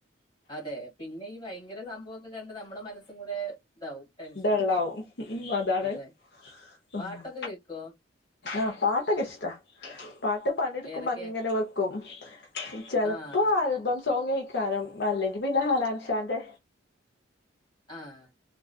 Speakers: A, on the left; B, on the left.
A: അതെ, പിന്നെ ഈ ഭയങ്കര സംഭവോക്കെ കണ്ട് നമ്മുടെ മനസ്സും കൂടെ, ഇതാവും ടെൻഷനാവും
B: ഡാള്ളാവും അതാണ്
A: അതെ പാട്ടൊക്കെ
B: മ്ഹ്
A: കേക്കോ
B: ആഹ് പാട്ടക ഇഷ്ടാ പാട്ട് പണിെടുക്കുമ്പോ
A: ഏതൊക്കെ
B: അങ്ങനെ വെക്കും ചെിലപ്പോ
A: ആഹ്
B: ആൽബം സോങ് ഇക്കാനും അല്ലെങ്കി പിന്നെ ഹനാൻഷാന്റെ
A: ആഹ്